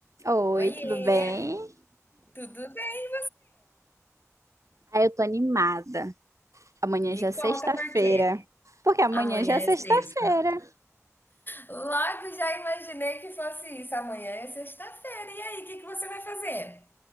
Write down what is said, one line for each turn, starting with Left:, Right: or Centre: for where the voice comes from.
Right: Oi,
Left: Oiê,
Right: tudo bem?
Left: tudo bem?
Right: Ah, eu tô animada. Amanhã
Left: Me
Right: já é sexta-feira.
Left: conta por quê?
Right: Porque amanhã
Left: Amanhã
Right: já é sexta-feira.
Left: é sexta. Logo já imaginei que fosse isso. Amanhã é sexta-feira. E aí, o que que você vai fazer?